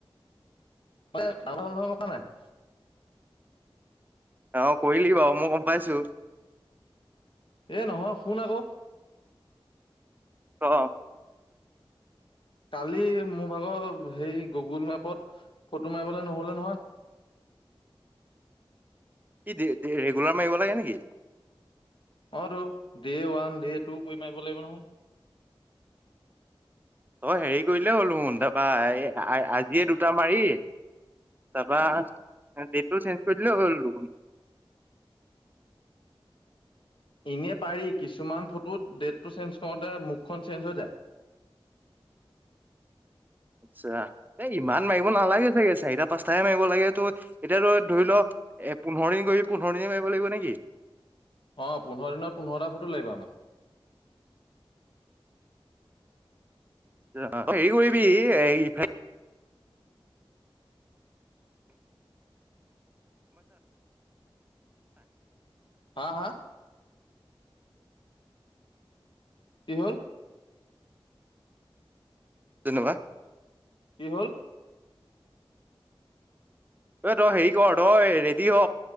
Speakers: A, on the left (about 60°); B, on the right (about 20°).
A: আৰে কাৰেণ অহা গম পাঅ নাই <inaudible>
B: অ কৰিলি বাৰু মই গম পাইছো।
A: এ নহয়, শুন আকৌ?
B: অ।
A: কালি মোৰ ভাগৰ হেই গুগুল মেপত ফটো মাৰিবলৈ নহলে নহয়
B: কি, ৰেগুলাৰ মাৰিব লাগে নেকি?
A: অ টো, দে ওৱান, দে টু কৰি মাৰিব লাগিব নহয়।
B: অ হেৰি কৰিলেই হ'ল দেখোন তাৰপৰা আজিয়ে দুটা মাৰি, তাৰপৰা ডেটটো চেঞ্জ কৰি দিলে হই গল চোন।
A: এনে পাৰি কিছুমান ফটোত ডেটটো চেঞ্জ কৰোঁতে মুখখন চেঞ্জ হৈ যায়।
B: আচ্ছা, এই ইমান মাৰিব নালাগে চাগে চাৰিটা, পাঁচটাহে মাৰিব লাগে ত', এতিয়াতো ধৰি লও এ পোন্ধৰ দিন কৰি পোন্ধৰ দিনে মাৰিব লাগিব নেকি?
A: অহ, পোন্ধৰ দিনত পোন্ধৰটা ফটো লাগিব আমাক।
B: হেৰি কৰিবি এ ইফাল
A: হা হা? কি হল?
B: তেনেকুৱা?
A: কি হল?
B: এ তই হেৰি কৰ, তই ৰেডি হ